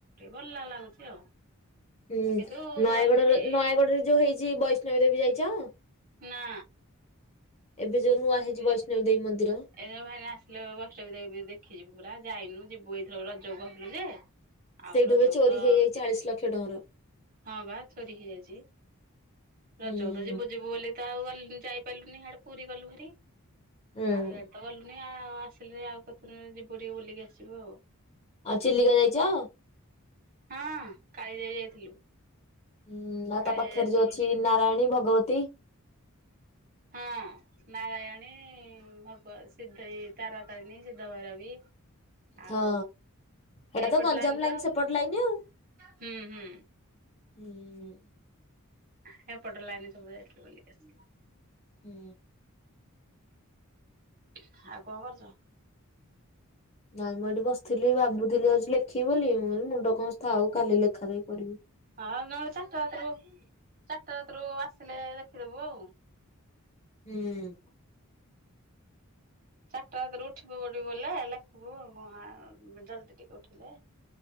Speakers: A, on the right; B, on the left.
A: ଭଲ ଲାଗୁଛି। ଆଉ।
B: ହୁଁ
A: କିନ୍ତୁ
B: ନୟାଗଡର
A: ଏମିତି
B: ନୟାଗଡରେ ଯୋଉ ହେଇଛି ବୈଷ୍ଣବୀ ଦେବୀ ଯାଇଛ?
A: ନା।
B: ଏବେ ଯୋଉ ନୂଆ ହେଇଛି ବୈଷ୍ଣବୀ ଦେବୀ ମନ୍ଦିର।
A: ଏଇ ଯୋଉ ଭାଇନା ଆସିଲେ ବୈଷ୍ଟବି ଦେବୀ ଦେଖିଯିବୁ ପୁରା ଯାଇନୁ ଯିବୁ ଏଇଥର ରଜକୁ କହୁଥିଲୁ ଯେ
B: ସେଇଠୁ
A: ଆଉ ରଜକୁ
B: ଏବେ ଚୋରି
A: ତ
B: ହେଇଯାଇଚି ଚାଳିଶ ଲକ୍ଷ ଟଙ୍କାର।
A: ହଁ ବା ଚୋରି ହେଇଯାଇଛି ରଜକୁ
B: ହୁଁ।
A: ତ ଯିବୁ ଯିବୁ ବୋଲି ତ ଆଉ ଗଲ ଯାଇପାରିଲୁନି ଇଆଡେ ପୁରୀ ଗଲୁ ଭାରି
B: ହୁଁ
A: ଆଉ ଇଆଡେ ତ ଗଲୁନି। ନାଇଁ ଆଉ ଆସିଲେ ଆଉ କଥା ଦିନ ଯିବୁ ଟିକେ ବୁଲିକି ଆସିବୁ ଆଉ।
B: ଆଉ ଚିଲିକା ଯାଇଚ?
A: ହଁ କାଳିଜାଇ ଯାଇଥିଲୁ।
B: ହୁଁ ଆଉ
A: କାଳିଜାଇ
B: ତା ପାଖରେ
A: ଯାଇଥିଲୁ
B: ଯୋଉ ଅଛି
A: ବୁଲି
B: ନାରାୟଣୀ, ଭଗବତୀ
A: ହଁ। ନାରାୟଣୀ, ଭଗବ, ସିଦ୍ଧ, ତାରାତାରିଣୀ ସିଦ୍ଧ ଭୈରବୀ
B: ହଁ
A: ଆଉ
B: ହେଟା
A: ହେଇପଟ
B: ତ ଗଞ୍ଜାମ
A: ଲାଇନ ତ
B: ଲାଇନ୍ ସେପଟ ଲାଇନ୍ ଆଉ।
A: ହୁଁ ହୁଁ
B: ହୁଁ।
A: ସେପଟ ଲାଇନ ସବୁ ଯାଇଥିଲୁ ବୁଲିକି ଆସିଲୁ।
B: ହୁଁ।
A: ଆଉ କଣ କରୁଛ?
B: ନାଇଁ ମୁଁ ଏଇଠି ବସିଥିଲି ଭାବୁଥିଲି ଆଉ ଆଜି ଲେଖିବି ବୋଲି ମୁଁ କହିଲି ମୁଣ୍ଡ କଣ ହଉଚି ଥାଉ କାଲି ଲେଖା ଲେଖି କରିବି।
A: ହଁ ନହେଲେ ଚାରିଟା ରାତିରୁ ଚାରିଟା ରାତିରୁ ଆସିଲେ ଲେଖିଦବୁ ଆଉ।
B: ହୁଁ।
A: ଚାରିଟା ରାତି ରେ ଉଠି ପଡ଼ିବୁ ବେଲେ ଲେଖିବୁ ଆଉ କଣ ଜଲଦି ଟିକେ ଉଠିଲେ